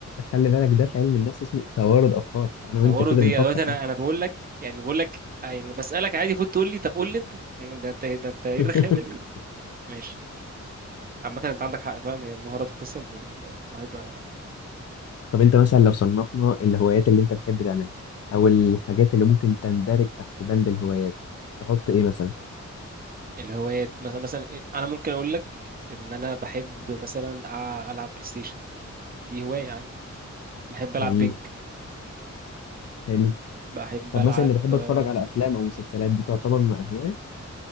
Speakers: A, on the left; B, on the right.
A: خلي بالك ده في علم النفس اسمه توارد أفكار أنا
B: طوروا
A: وأنت كده
B: دي
A: بنفكر
B: دلوقتي
A: صح
B: انا انا بقول لك يعني بقول لك آه، يعني بسألك عادي فوت تقول لي طب قول لي انت يعني ده انت ده انت ايه
A: <laughs>
B: الرخامة دي؟ ماشي عامة انت عندك حق فعلا هي المهارة تكتسب والموهبة
A: طب أنت مثلا لو صنفنا الهوايات اللي أنت بتحب تعملها أو الحاجات اللي ممكن تندرج تحت بند الهوايات تحط إيه مثلا
B: الهوايات مثلا مثلا انا ممكن اقول لك ان انا بحب مثلا أع- العب بلاي ستيشن دي هواية عادي بحب العب
A: جميل
B: بينك
A: حلو
B: بحب
A: طب
B: العب
A: مثلا اللي بحب
B: آه،
A: اتفرج على افلام او مسلسلات دي تعتبر مع هواية